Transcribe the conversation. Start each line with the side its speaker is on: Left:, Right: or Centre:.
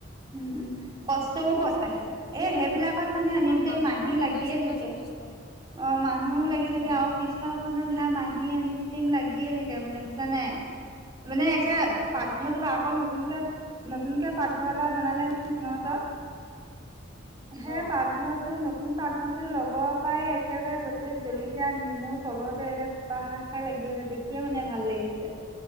Right: উম উম। কষ্টও
Left: অ ভালে
Right: কৰে
Left: হৈছে দে
Right: এ সেইবিলাকত মানে এনেতে
Left: অ মানুহো
Right: মাহী
Left: লগাইছে
Right: লাগিয়ে
Left: বোলে
Right: থাকে।
Left: যথেষ্ট
Right: অ' মানুহো লাগি থাকে
Left: অ
Right: আৰুি পিছফাল খত সেয়া মাহী আনি টিম লাগিয়ে থাকে মানে বুজা নাই। মানে একে
Left: উম উম
Right: পাকঘৰটো
Left: উম
Right: বা আকৌ নতুনকে নতুনকে পাকঘৰ এটা বনালে নহয় সিহঁতৰ সেই
Left: অ
Right: পাকঘৰটো নটোন পাকঘৰটোৰ লগত লগপাই একেবাৰে গোটেই জলকীয়া নেমু তলতে একে থোপা খাক খাই লাগি আছে দেখিয়ে মানে ভাল লাগে দিছে।